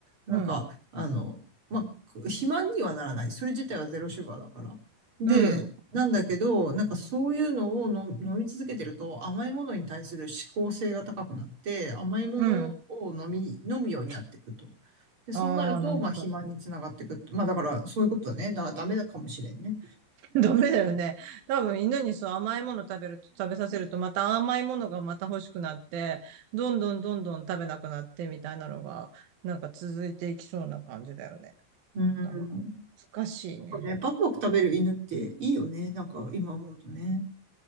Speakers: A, on the right; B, on the right.
A: なんか、
B: うん。
A: あの、まあ、肥満にはならない。それ自体はゼロシュガーだから。で、
B: うん。
A: なんだけど、なんかそういうのをの飲み続けてると甘いものに対する嗜好性が高くなって、甘いものを飲み、
B: うん。
A: 飲むようになっていくと。で、そうなると、
B: ああ、なるほど。
A: まあ、肥満につながっていくって。まあ、だから、そういうことだね。だから、ダメだかもしれんね。
B: <laughs> ダメだよね。多分犬にそう甘いもの食べると、食べさせるとまた甘いものがまた欲しくなって、どんどんどんどん食べなくなってみたいなのが、なんか続いていきそうな感じだよね。
A: うん。なん
B: なんか、難しいね。
A: かね、バクバク食べる犬っていいよね。なんか、今思うとね。